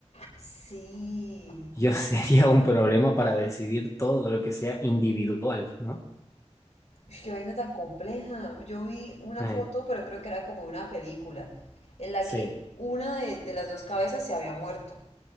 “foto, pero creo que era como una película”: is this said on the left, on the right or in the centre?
Left